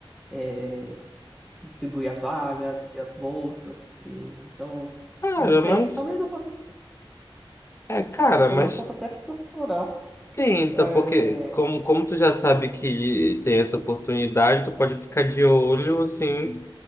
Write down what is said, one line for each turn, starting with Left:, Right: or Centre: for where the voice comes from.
Centre: é, distribuir as vagas e as bolsas. E, então.
Left: cara,
Centre: Eu Não sei,
Left: mas.
Centre: talvez eu possa
Left: É, cara,
Centre: Talvez
Left: mas
Centre: eu possa até procurar.
Left: tenta,
Centre: é,
Left: porque como, como tu já sabe que tem essa oportunidade, tu pode ficar de olho, assim.